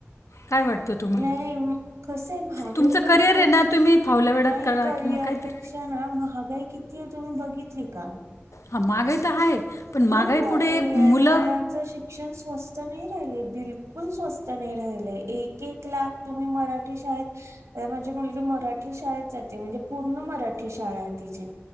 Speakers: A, on the left; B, on the right.
A: काय वाटतं तुम्हाला
B: नाही म कसंय महागाई
A: तुमचं
B: पण
A: करिअर
B: खूप
A: आहे ना तुम्ही फावल्या वेळात
B: नाय
A: करा
B: करिअर
A: किंवा काहीतरी
B: पेक्षा ना महागाई कितीये तुम्ही बघितली का?
A: हा महागाई तर आहे पण
B: खूप महागाई
A: पुढे
B: आहे
A: मुलं
B: आणि मुलांच शिक्षण स्वस्त नाही राहिले. बिलकुल स्वस्त नाय राहिलंय, एक एक लाख तुम्ही मराठी शाळेत अ माझी मुलगी म मराठी शाळेत जाते, म्हणजे पूर्ण मराठी शाळा आहे तिची.